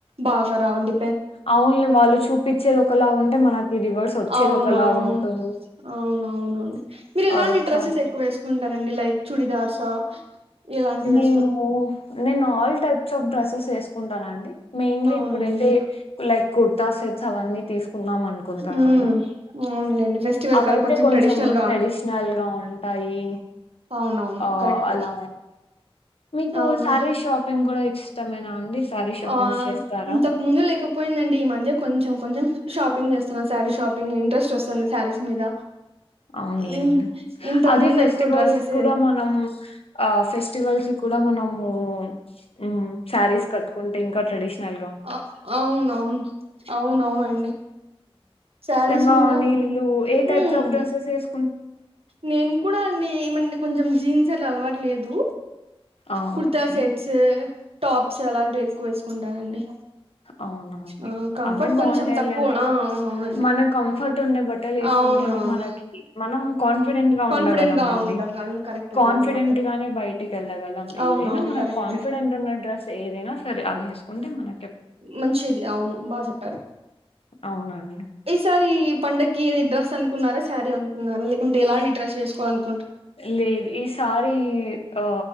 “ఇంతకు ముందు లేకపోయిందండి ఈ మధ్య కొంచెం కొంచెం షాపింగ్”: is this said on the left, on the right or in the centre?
Right